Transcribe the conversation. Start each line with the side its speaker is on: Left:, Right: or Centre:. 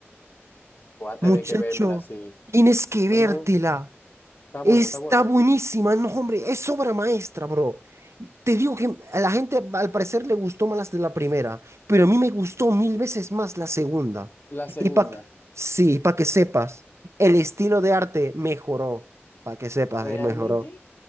Left: Voy a tener
Right: muchacho.
Left: que vérmela así.
Right: Tienes que
Left: Bueno,
Right: vértela.
Left: está bueno,
Right: Está
Left: está buena.
Right: buenísima. No, hombre, es obra maestra, bro. Te digo que a la gente al parecer le gustó más las de la primera, pero a mí me gustó mil veces más la segunda.
Left: La segunda,
Right: Y para que, sí, para que sepas, el estilo de arte mejoró. Para que sepas,
Left: realmente.
Right: eh, mejoró.